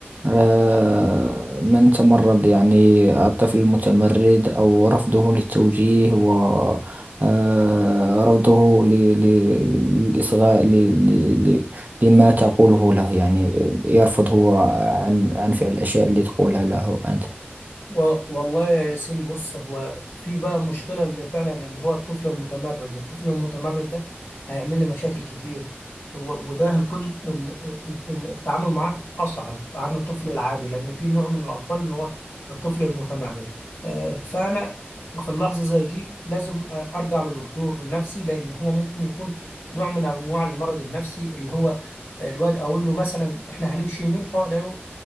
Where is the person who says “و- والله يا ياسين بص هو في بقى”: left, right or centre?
Left